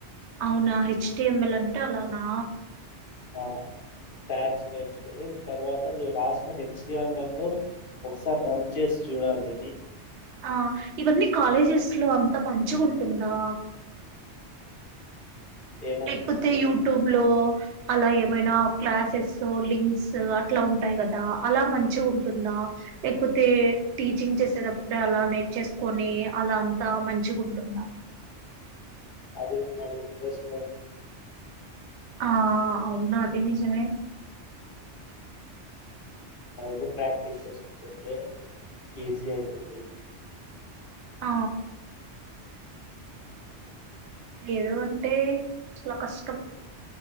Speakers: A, on the right; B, on the left.
A: అవునా హెచ్టిఎంఎల్ అంటే అలానా
B: ఆ ట్యాక్స్ నేర్చుకుొని తర్వాత అత ను రాసిన హెచ్ఎంలను ఒకసారి రన్ చేసి చూడాలి
A: ఆ ఇవన్నీ కాలేజెస్ లో అంతా మంచిగా ఉంటుందా
B: ఏమని
A: లేకపోతే
B: అంటే
A: యూట్యూబ్ లో అలా ఏమైనా క్లాసెస్ లింక్స్ అట్లా ఉంటాయి కదా అలా మంచి ఉంటుందా లేకపోతే టీచింగ్ చేసేటప్పుడే అలా నెట్ చేసుకొని అలా అంతా మంచి ఉంటుందా
B: అది అది టెస్ట్
A: ఆ అవునాదిని చెనే
B: అయితే ప్రాక్టీస్ చేస్తారు అతుంటే ఈజీ అవుతుంది
A: ఆ ఏదో అంటే చాలా కష్టం